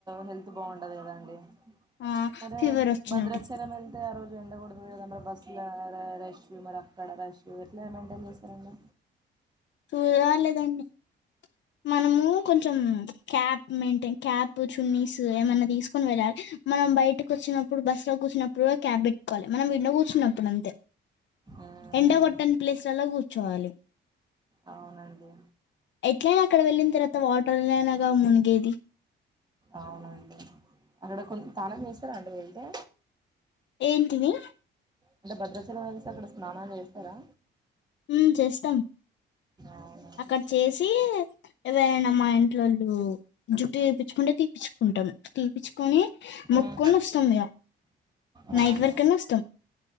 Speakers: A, on the right; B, on the left.
A: హెల్త్ బాగుండది కదాండి
B: ఆ
A: మరే
B: ఫీవర్ వచ్చినట్టు
A: భద్రాచలం ఎల్తే ఆ రోజు ఎండ కొడతది కదా మరి బస్ ఎట్లా రా ర రష్ మరి అక్కడ రష్ ఎట్లా మెయింటైన్ చేస్తారండి
B: తూ రలేేదండి మనము కొంచెం క్యాప్ మెయింటైన్ క్యాప్ చున్నీస్ ఏమన్నా తీసుకుని వెళ్ళాలి మనం బయటకు వచ్చినప్పుడు బస్ లో కూర్చినప్పుడు క్యాబ్ పెట్టుకోవాలి మనం విో కూర్చున్నప్పుడు అంతే
A: ఉమ్
B: ఎంండ కొట్టని ప్లేస్లలా కూర్చోవాలి
A: అవునండి
B: ఎట్లైనా అక్కడ వెళ్ళిన తర్వాత వాటర్లనాగా మునిగేది
A: అవునండి అక్కడ కొ తనం చేస్తారా అంటడి వెళ్తే
B: ఏంటినిీ
A: అంటే భద్రాచల వలసి అక్కడ స్నానాలు చేస్తారా
B: హ చేస్తాం
A: అవునా
B: అక్కడ చేసి ఎవరైనా మా ఇంట్లోళ్ళు జ తీపించుకుంటే తీపిచ్చుకుంటాం తీపిచ్చుకొని
A: ఉమ్
B: మొక్కొని వస్తాం ఇక
A: అవునా
B: నైట్ వర్కన్నా వస్తాం